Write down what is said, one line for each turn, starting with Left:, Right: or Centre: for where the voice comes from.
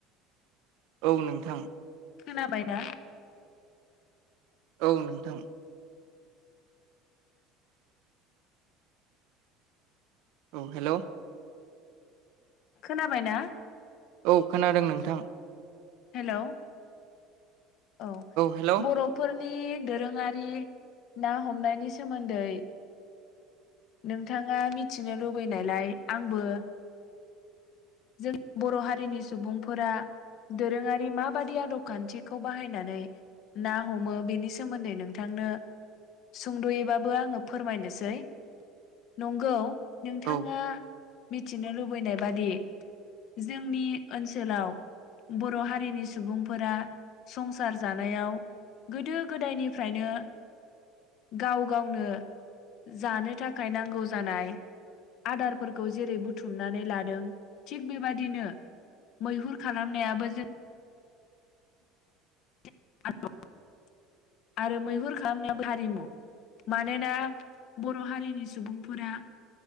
Right: औ नोंथां
Left: खोनाबाय ना?
Right: औ नोंथां औ हेलौ
Left: खोनाबायना?
Right: औ खोनादों नोंथां
Left: हेलौ औ
Right: हेल' औ
Left: बर'फोर नि दोरोङारि ना हमनायनि सोमोन्दै नोंथाङा मिथिनो लुबैनायलाय आंबो जों बर' हारिनि सुबुंफोरा दोरोङारि माबादि आदब खान्थिखौ बाहायनानै ना हमो बेनि सोमोन्दै नोंथांनो सुंद'यैबाबो आङो फोरमायनोसै नंगौ नोंथाङा?
Right: औ
Left: मिथिनो लुबैनाय बादि जोंनि ओनसोलाव बर हारिनि सुबुंफोरा संसार जानायाव गोदो गोदायनिफ्रायनो गाव गावनो जानो थाखाय नांगौ जानाय आदारफोरखौ जेरै बुथुमनानै लादों। थिग बेबादिनो मैहुर खालामनायाबो जों <unintelligible> आरो मैहुर खालामनायाबो हारिमु मानोना बर' हारिनि सु सुबुंफोरा